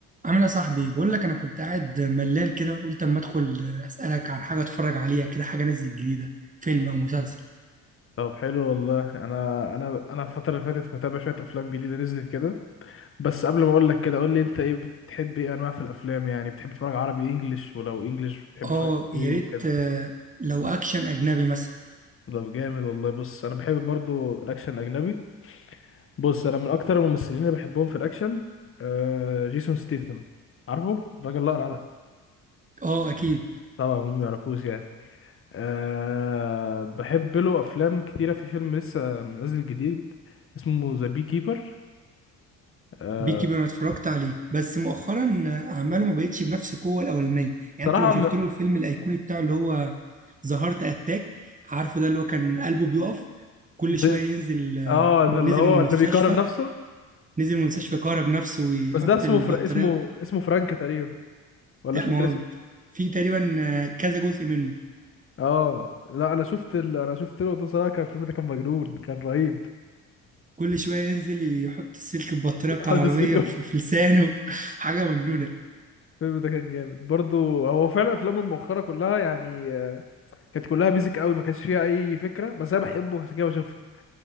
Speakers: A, on the right; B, on the left.
A: عامل إيه يا صاحبي بقول لك انا كنت قاعد ملان كده قلت اما ادخل اسالك عن حاجه اتفرج عليها كده حاجه نزلت جديده فيلم او مسلسل
B: طب حلو والله انا انا انا الفتره اللي فاتت متابع شويه افلام جديده نزلت كده بس قبل ما اقول لك كده قول لي انت ايه بتحب ايه انواع في الافلام يعني بتحب تتفرج عربي انجليش ولو انجليش بتحب
A: اه
B: تتفرج ايه
A: يا
B: وكده
A: ريت آه، لو اكشن اجنبي مثلا
B: طب جامد والله بص انا بحب برضو الاكشن الاجنبي بص انا من اكتر الممثلين اللي بحبهم في الاكشن آه جيسون ستيثم عارفه الراجل الاقرع ده
A: اه اكيد
B: طبعا مين ما يعرفوش يعني آه بحب له افلام كتيره في فيلم لسه نازل جديد اسمه ذا بي كيبر آه
A: بيكي بير انا اتفرجت عليه بس مؤخرا آه، اعماله ما بقتش بنفس القوه الاولانيه يعني
B: صراحة
A: انت لو شفت له الفيلم الايقوني بتاعه اللي هو ظهرت اتاك عارفه ده اللي هو كان قلبه بيقف كل
B: ب...
A: شويه ينزل آه،
B: اه ده
A: نزل
B: اللي هو
A: من
B: اللي
A: المستشفى
B: بيكرم نفسه
A: نزل من المستشفى كهرب نفسه ويحط
B: بس ده اسمه
A: البطاريه
B: فر... اسمه اسمه فرانك تقريبا ولا
A: لا
B: مش فاكر
A: ما هو
B: اسمه
A: في تقريبا آه، كذا جزء منه
B: اه لا انا شفت ال... انا شفت له ده صراحه كان الفيلم ده كان مجنون كان رهيب
A: كل شوية ينزل يحط السلك البطارية
B: <laughs>
A: بتاع
B: حد
A: العربية
B: السجن
A: في في لسانه <laughs> حاجة مجنونة
B: الفيلم ده كان جامد برضو هو فعلا افلامه المؤخره كلها يعني آه، كانت كلها بيزك قوي ما كانش فيها اي فكره بس انا بحبه عشان كده بشوفه